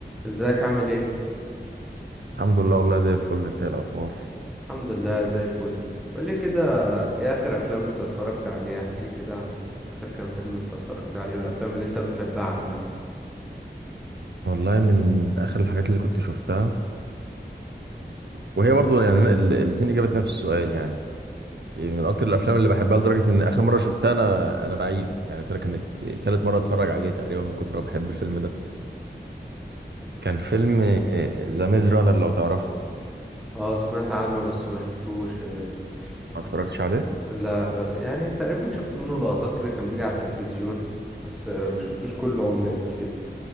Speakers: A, in the centre; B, on the right.
A: ازيك عامل ايه
B: الحمد لله والله زي الفل انت ايه الاخبار
A: الحمد لله زي الفل قولي كده ايه اخر افلام انت اتفرجت عليها احكي لي كده عن اخر كام فيلم انت اتفرجت عليه والافلام اللي انت بتحبها عامه
B: والله من اخر الحاجات اللي كنت شفتها وهي برضو يعني الاثنين اجابه نفس السؤال يعني من اكتر الافلام اللي بحبها لدرجه ان اخر مره شفتها انا انا بعيده يعني ترى كانت تالت مره اتفرج عليه تقريبا من كتر ما بحب الفيلم ده كان فيلم ذا ميز رانر لو تعرفه
A: اه سمعت عنه بس ما شفتوش آه،
B: ما اتفرجتش
A: بس
B: عليه
A: لا ب... يعني تقريبا شفت منه لقطات كده كان بيجي على التلفزيون بس آه، ما شفتوش كل عمري قبل كده